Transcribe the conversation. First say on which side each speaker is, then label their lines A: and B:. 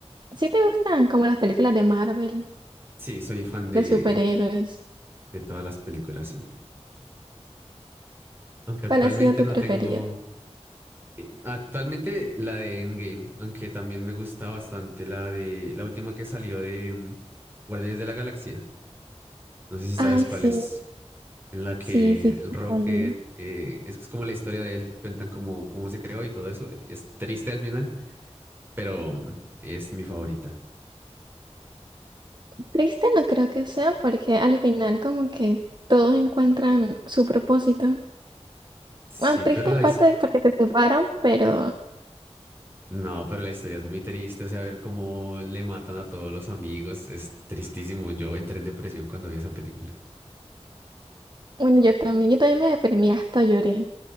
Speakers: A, on the right; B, on the right.
A: Si te gustan como las películas de Marvel,
B: Sí, soy fan de,
A: de superhéroes,
B: de todas las películas, sí. Aunque actualmente
A: ¿cuál ha sido tu
B: no
A: preferido?
B: tengo. eh, Actualmente la de Endgame, aunque también me gusta bastante la de la última que salió de mm, Guardianes de la Galaxia. No sé si sabes
A: Ay,
B: cuál
A: sí.
B: es, en la que
A: Sí, sí, total.
B: Rocket, eh, es que es como la historia de él, cuentan cómo, cómo se creó y todo eso. Es triste al final, pero mm, es mi favorita.
A: Triste no creo que sea porque al final como que todos encuentran su propósito.
B: Sí,
A: Bueno, triste
B: pero la,
A: en
B: his-
A: parte es porque se separan, pero
B: no, pero la historia es muy triste, o sea, ver cómo le matan a todos los amigos, es tristísimo. Yo entré en depresión cuando vi esa película.
A: bueno, yo también, yo también me deprimí, hasta lloré.